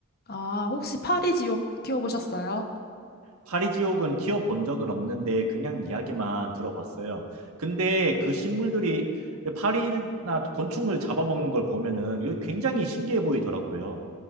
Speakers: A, on the left; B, on the right.
A: 아, 혹시 파리지옥 키워보셨어요?
B: 파리지옥은 키워본 적은 없는데 그냥 이야기만 들어봤어요. 근데 그 식물들이 파리나 곤충을 잡아먹는 걸 보면은 이거 굉장히 신기해 보이더라고요.